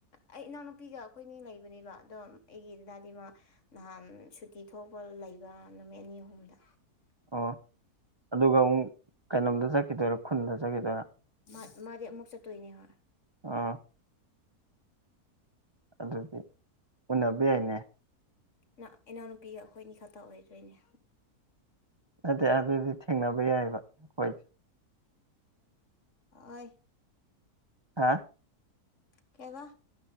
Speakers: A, on the left; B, on the right.
A: ꯑꯩ ꯏꯅꯥꯎꯅꯨꯄꯤꯒ ꯑꯩꯈꯣꯏꯅꯤ ꯂꯩꯕꯅꯦꯕ꯫ ꯑꯗꯣ ꯑꯩꯒꯤꯗꯥꯗꯥꯗꯤ ꯃꯥ ꯅꯍꯥꯟ ꯁꯨꯇꯤ ꯊꯣꯛꯄ ꯂꯩꯕ ꯅꯨꯃꯤꯠ ꯑꯅꯤ ꯑꯍꯨꯝꯗ꯫
B: ꯑꯣ ꯑꯗꯨꯒ ꯑꯃꯨꯛ ꯀꯩꯅꯣꯝꯗ ꯆꯠꯈꯤꯗꯣꯏꯔ ꯈꯨꯟꯗ ꯆꯠꯈꯤꯗꯣꯏꯔ꯫
A: ꯃꯥ ꯃꯥꯗꯤ ꯑꯃꯨꯛ ꯆꯠꯇꯣꯏꯅꯦꯕ꯫
B: ꯑꯥ꯫ ꯑꯗꯨꯗꯤ ꯎꯟꯅꯕ ꯌꯥꯏꯅꯦ꯫
A: ꯅ ꯏꯅꯥꯎꯅꯨꯄꯤꯒ ꯑꯩꯈꯣꯏꯅꯤ ꯈꯛꯇ ꯑꯣꯏꯗꯣꯏꯅꯦ
B: ꯑꯗꯨꯗ ꯑꯗꯨꯗꯤ ꯊꯦꯡꯅꯕ ꯌꯥꯏꯑꯕ ꯍꯣꯏ
A: ꯍꯣꯏ
B: ꯍꯥ
A: ꯀꯩꯕ